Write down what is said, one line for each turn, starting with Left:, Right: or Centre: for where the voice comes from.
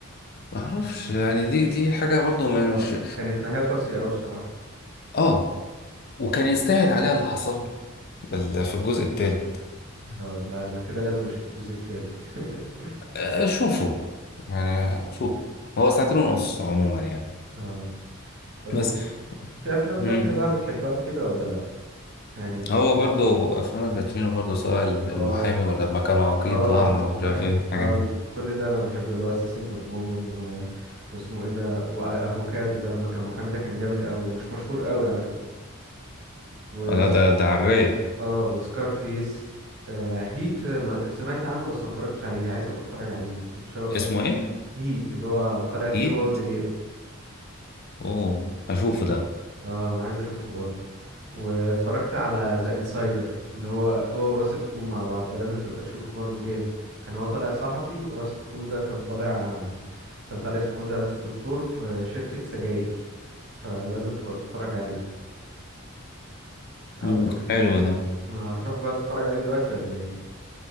Left: معرفش يعني دي دي حاجة برضو ما-
Right: اه
Left: مش
Right: كانت نهاية قاسية أوي بصراحة
Left: اه وكان يستاهل عليها اللي حصل له ال- في الجزء التالت
Right: اه لا انا كده لازم اشوف الجزء التالت <laughs>
Left: آه، شوفوا يعني شوف هو ساعتين ونص عموما يعني
Right: اه طب
Left: بس
Right: وفي في افلام
Left: مم.
Right: تانية بقى بتحبها وكده ولا لا يعني في
Left: هو
Right: ال...
Left: برضو افلام الباتشينو برضو سواء المحامي
Right: اه س-
Left: ولا لما كان عقيد
Right: اه
Left: واعمى
Right: أنا
Left: ومش
Right: بحب
Left: عارف ايه الحاجات
Right: اه
Left: دي
Right: ال- كل ده انا بحب اللي هو اسيسنت اوف وومن و... واسمه ايه ده وافوكادو ده لما كان محامي ده كان جامد قوي ومش مشهور قوي على فكرة
Left: ولا ده ده على الرايق
Right: اه وسكارفيس آه هيت آه، ما سمعت عنه بس ما اتفرجتش عليه عايز ابقى اتفرج عليه متشوق
Left: اسمه
Right: انا
Left: ايه
Right: هيت اللي هو طالع
Left: هيت
Right: فيه هو ودينيرو
Left: اوه اشوفه ده
Right: اه انا عايز اشوفه برضه واتفرجت على ذا انسايدر اللي هو هو وراسل كرو مع بعض ده لازم تبقى تشوفه برضه جامد كان هو طالع صحفي وراسل كرو ده كان طالع كان طالع اسمه ايه ده دكتور في شركة سجاير فلازم تبقى تتفرج عليه هتروح
Left: مم. حلو ده
Right: هتروح بقى تتفرج عليه دلوقتي ولا ايه